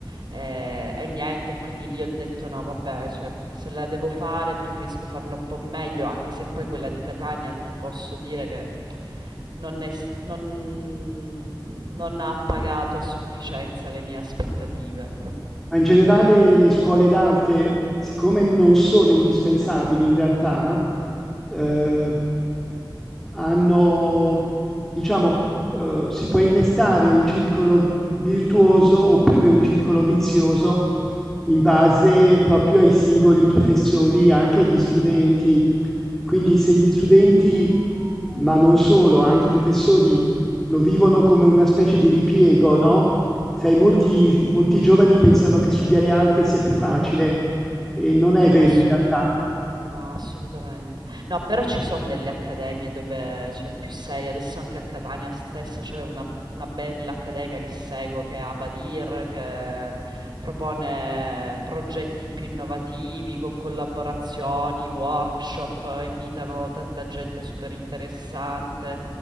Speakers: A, on the right; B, in the centre.
A: ehm, e niente, quindi lì ho detto: "No vabbè, cioè se la devo fare preferisco farla un po' meglio", anche se poi quella di Catania ti posso dire che non è s non non ha pagato a sufficienza le mie aspettative.
B: Ma in generale le scuole d'arte, siccome non sono indispensabili in realtà, uhm
A: Mh-mh.
B: hanno diciamo, ehm, si può innestare un circolo virtuoso oppure un circolo vizioso in base proprio ai singoli professori, anche agli studenti. Quindi
A: Sì,
B: se gli studenti, ma non solo, anche i professori lo vivono come una specie di ripiego, no, sai molti
A: sì.
B: molti giovani pensano che studiare arte sia più facile e non è vero
A: Assolut-
B: in realtà.
A: mm, no, assolutamente. No, però ci sono delle accademie dove c'è più seria. Adesso anche a Catania stessa c'è una, una bella accademia che seguo, che è Abadir, che propone progetti più innovativi con collaborazioni, workshop, eh, invitano tanta gente super interessante,